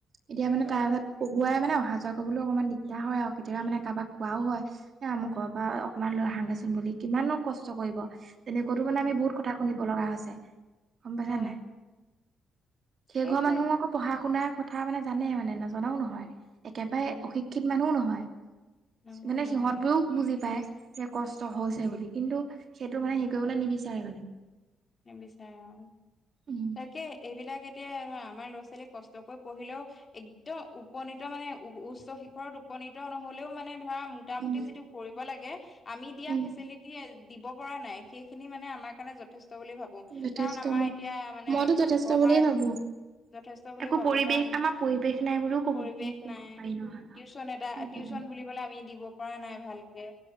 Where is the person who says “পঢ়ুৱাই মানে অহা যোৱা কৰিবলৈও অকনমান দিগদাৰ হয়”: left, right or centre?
Right